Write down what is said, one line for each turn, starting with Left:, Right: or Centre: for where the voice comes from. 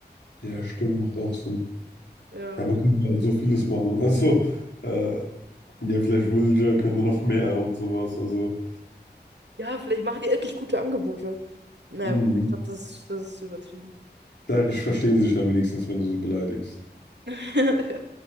Left: ja,
Right: So,
Left: stimmt, macht auch Sinn.
Right: Ja,
Left: Ja, man
Right: ich
Left: könnte
Right: glaub-
Left: halt so vieles machen. <laughs> Also, äh, ja, vielleicht Villager können da noch mehr und sowas. Also,
Right: ja, vielleicht machen die endlich gute Angebote. Naja,
Left: mhm.
Right: wobei, ich glaube, das, ist- das ist übertrieben.
Left: vielleicht verstehen sie sich dann wenigstens, wenn du sie beleidigst.
Right: <laughs> Ja.